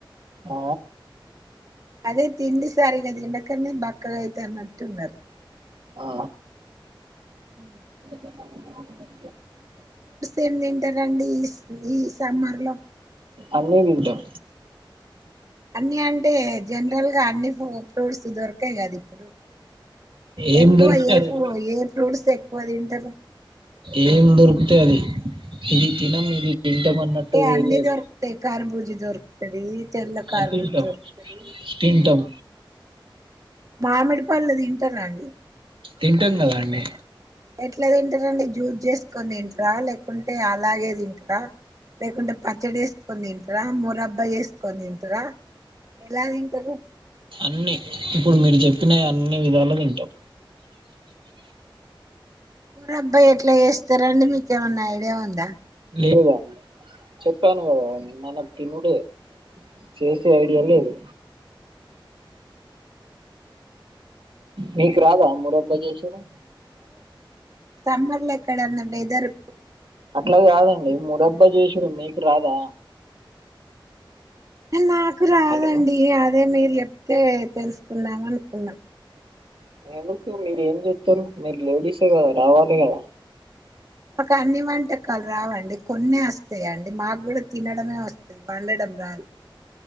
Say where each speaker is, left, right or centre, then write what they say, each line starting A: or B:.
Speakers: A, on the right (about 80°); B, on the right (about 40°).
A: ఆ
B: అదే తిండిసరిగ తినకనే బక్కగా అయితన్నట్టున్నరు
A: ఆ
B: హ్మ్
A: <inaudible>
B: ఏం తింటారండి ఈ ఈ సమ్మర్ లో
A: అన్నీ తింటాం
B: అన్నీ అంటే జనరల్ గా అన్ని ఉ ఫ్రూట్స్ దొరకయి కదు ఇప్పుడు
A: ఏం
B: ఎక్కువ
A: దొరుకుతే
B: ఏ
A: అది
B: ఫూ ఏ ఫ్రూట్స్ ఎక్కువ తింటరు
A: ఏం దొరికితే అది ఇది తినం ఇది తింటాం అన్నట్టు
B: అంటే అన్ని
A: లేదు
B: దొరుకుతాయి కర్బు ఇద్ దొరుకుతది తెల్ల కర్బూజ
A: ఆయ్ తింటం
B: దొరుకుతది
A: తింటం
B: మామిడిపల్లు తింటరాండి
A: తింటం కదా అండి
B: ఎట్లా తింటారు అండి జ్యూస్ చేసుకొని తింటారా, లేకుంటే అలాగే తింటారా, లేకుంటే పచ్చడి వేసుకొని తింటారా, మూరబ్బా చేసుకొని తింటరా. ఎలా తింటరు
A: అన్నీ ఇప్పుడు మీరు చెప్పినవి అన్ని విధాలు తింటాం
B: ఉరబ్బాయ్ ఎట్లా చేస్తారండి మీకేమన్నా ఐడియా ఉందా
A: లేదా చెప్పాను కదా మనం తినుడే చేసే ఐడియా లేదు. నీకు రాదా మురబ్బా చేసుడు
B: సమ్మర్ల ఎక్కడన్న వెదరు
A: అట్లా కాదండి మురబ్బా చేసుడు మీకు రాదా
B: నాకు రాదండి
A: హలో
B: అదే మీర్ యెప్తే తెలుసుకుందాం అనుకున్నా
A: ఎందుకు మీరు ఏం జేత్తరు మీరు లేడీసే కదా రావాలి కదా
B: ఒక అన్ని వంటకాలు రావండి కొన్నే వస్త ఏ మాగ్గూడ తినడమే వస్తది వాళ్ళడం రాదు